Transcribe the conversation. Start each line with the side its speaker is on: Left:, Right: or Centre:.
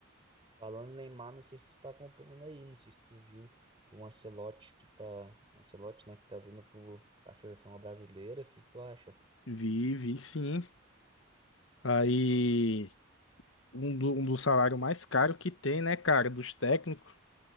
Right: falando em Neymar, não sei se tu tá acompanhando aí, não sei se tu viu o Ancelotti que tá. Ancelotti, né, que tá vindo pro, pra seleção brasileira. O que tu acha?
Left: Vive, e sim. Aí, um do, um do salário mais caro que tem, né, cara, dos técnicos.